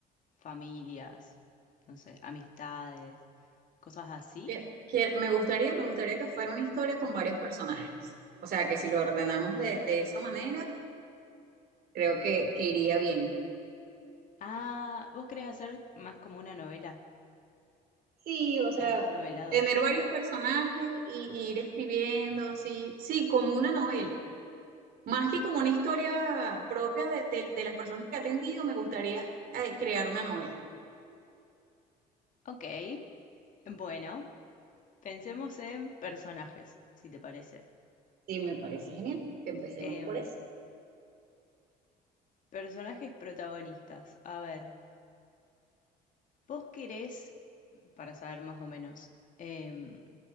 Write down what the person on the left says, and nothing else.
familias, no sé, amistades, cosas así.
Ah, ¿vos querés hacer más como una novela,
más novelado?
Ok, bueno, pensemos en personajes, si te parece.
Em,
personajes protagonistas. A ver, vos querés, para saber más o menos, em,